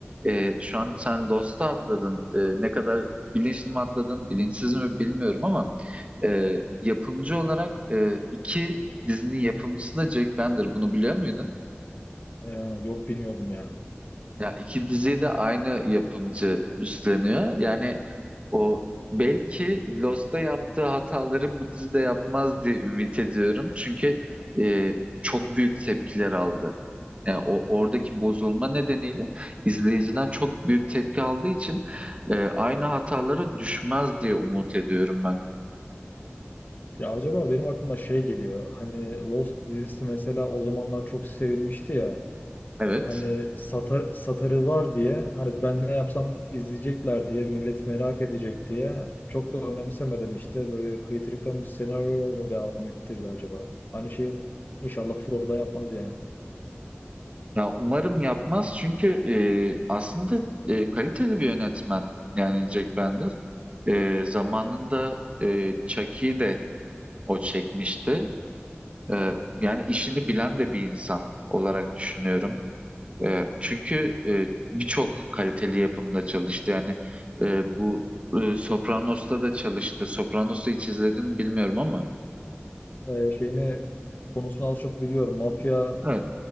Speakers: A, on the right; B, on the left.
A: E, şu an sen Lost'a atladın. E, ne kadar bilinçli mi atladın, bilinçsiz mi bilmiyorum ama e, yapımcı olarak e, iki dizinin yapımcısı da Jack Bender. Bunu biliyor muydun?
B: Ya, yok bilmiyordum ya.
A: Ya iki diziyi de aynı yapımcı üstleniyor. Yani O belki Lost'ta yaptığı hataları bu dizide yapmaz diye ümit ediyorum. Çünkü e, çok büyük tepkiler aldı. Yani o oradaki bozulma nedeniyle izleyiciden çok büyük tepki aldığı için e, aynı hatalara düşmez diye umut ediyorum ben.
B: Ya acaba benim aklıma şey geliyor. Hani Lost dizisi mesela o zamanlar çok sevilmişti ya.
A: Evet.
B: Hani satar, satarı var diye hani ben ne yapsam izleyecekler diye millet merak edecek diye çok da önemsemeden işte böyle kıytırıktan bir senaryo mu devam ettirdi acaba? Aynı şeyi inşallah From'da yapmaz yani.
A: Ya umarım yapmaz çünkü e, aslında e, kaliteli bir yönetmen yani Jack Bender. E, zamanında e, Chucky'yi de o çekmişti. Ee, yani işini bilen de bir insan olarak düşünüyorum. Ee, çünkü e, birçok kaliteli yapımda çalıştı. Yani e, bu e, Sopranos'ta da çalıştı. Sopranos'u hiç izledin mi bilmiyorum ama.
B: Ee, şeyini konusunu az çok biliyorum. Mafya
A: Evet,